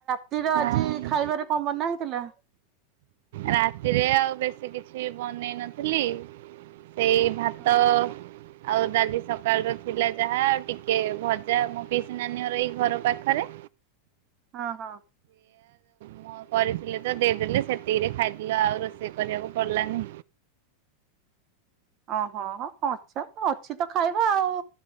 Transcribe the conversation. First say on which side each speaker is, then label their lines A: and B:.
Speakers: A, on the right; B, on the right.
A: ସ୍ତ୍ରୀ ର
B: ହଁ
A: ଆଜି ଖାଇବାରେ କଣ ମନା ହେଇଥିଲା?
B: ରାତିରେ ଆଉ ବେଶୀ କିଛି ବନେଇ ନଥିଲି ସେଇ ଭାତ
A: ହଁ
B: ଆଉ ଡାଲି ସକାଳ ର ଥିଲା ଯାହା ଆ ଟିକେ ଭଜା ମୋ ପିସ ନାନୀ ଘର ଏଇ ଘର ପାଖରେ।
A: ହଁ ହଁ।
B: ମୁଁ କରିଥିଲି ତ ଦେଇଦେଲି ସେ ସେତିକିରେ ଖାଇଲ ଆଉ ରୋଷେଇ କରିବାକୁ ପଡିଲାନି?
A: ଓହୋ ହୋ ଅଛ ଅଛି ତ ଖାଇବା ଆଉ।